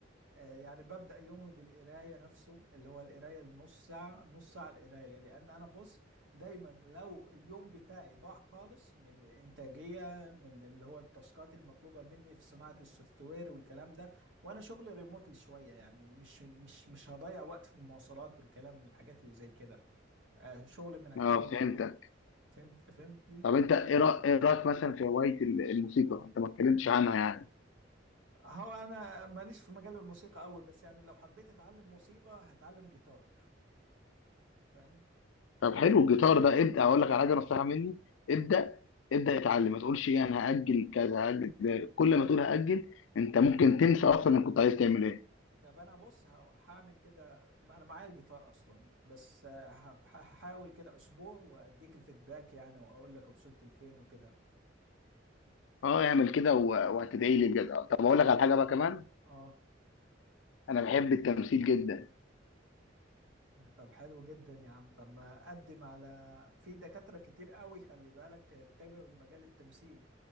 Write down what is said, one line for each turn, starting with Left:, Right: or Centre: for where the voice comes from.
Right: آه يعني ببدأ يومي بالقراية نفسه اللي هو القراية النص ساعة نص ساعة القراية لأن أنا بص دايما لو اليوم بتاعي ضاع خالص من الإنتاجية من اللي هو التاسكات المطلوبة مني في صناعة السوفت وير والكلام ده وأنا شغلي ريموتلي شوية يعني مش مش مش هضيع وقت في المواصلات والكلام من الحاجات اللي زي كده آه شغلي من هيكون
Left: اه
Right: اللابتوب
Left: فهمتك
Right: فهمت فهمتني
Left: طب انت ايه رأ- إيه رايك مثلا في هوايه ال- الموسيقى انت ما اتكلمتش عنها يعني
Right: هو انا ماليش في مجال الموسيقى قوي بس يعني لو حبيت اتعلم موسيقى هتعلم جيتار فاهم
Left: طب حلو الجيتار ده ابدا اقول لك على حاجه نصيحه مني
Right: اه
Left: ابدا ابدا اتعلم ما تقولش ايه انا هاجل كذا هاجل ده. كل ما تقول هاجل انت ممكن تنسى اصلا انك كنت عايز تعمل ايه
Right: ده بقى انا بص ه- هعمل كده ما انا معايا الجيتار اصلا بس آه، ه- ه- هحاول كده اسبوع واديك الفيدباك يعني واقول لك وصلت لفين وكده
Left: اه اعمل كده و- وهتدعي لي بجد آه، طب اقول لك على حاجه بقى كمان
Right: اه
Left: انا بحب التمثيل جدا
Right: طب حلو جدا يا عم طب ما اقدم على في دكاترة كتير قوي خلي بالك اتجهوا لمجال التمثيل